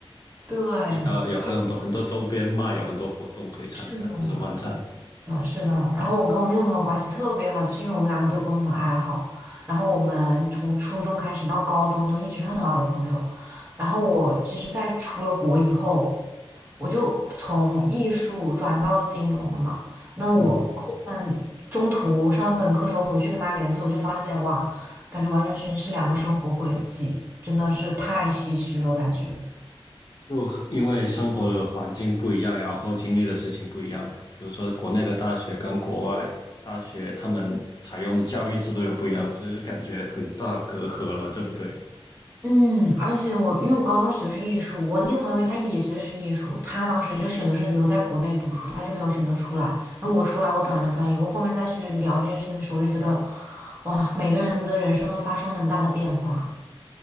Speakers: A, on the right; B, on the left.
A: 对，
B: 然后有还有很多很多周边卖，
A: 就
B: 有很多活动可以参加这种漫展。
A: 认识了。啊，是的。然后我跟我那个朋友关系特别好，就是因为我们两个都有共同爱好，然后我们从初中开始到高中都一直是很好的朋友。然后我其实，在出了国以后，我就从艺术转到金融了嘛。那我后面中途上完本科时候回去跟他联系，
B: 嗯，
A: 我就发现哇，感觉完全全是两个生活轨迹，真的是太唏嘘了，感觉。
B: 就因为生活的环境不一样，然后经历的事情不一样，比如说国内的大学跟国外大学，他们采用的教育制度又不一样，所以就感觉很大隔阂了，对不对？
A: 嗯，而且我因为我高中学的是艺术，我那个朋友他也学的是艺术，他当时就选择是留在国内读书，他就没有选择出来。那我出来，我转了专业，我后面再去聊这件事情的时候，我就觉得，哇，每个人的人生都发生很大的变化。